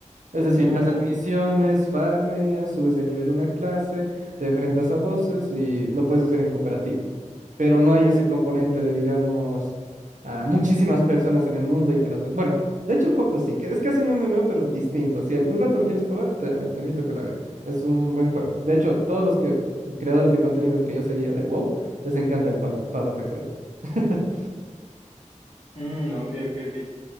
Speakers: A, on the right; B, on the left.
A: Es decir,
B: Oh,
A: haces
B: ok.
A: misiones, farmeas, subes de nivel una clase, te enfrentas a voces y lo puedes hacer en cooperativo. Pero no
B: ujú.
A: hay ese componente de, digamos, a muchísimas personas en el mundo y que las ves. Bueno, de hecho un poco sí, que es casi un MMO, pero distinto. Si algún rato lo quieres probar, te, te invito a que lo hagas. Es un buen juego. De hecho, todos los que creadores de contenido que yo seguía de WoW, les encanta el Palo- Path of Exile. <laughs>
B: Mm, ok, ok, ok.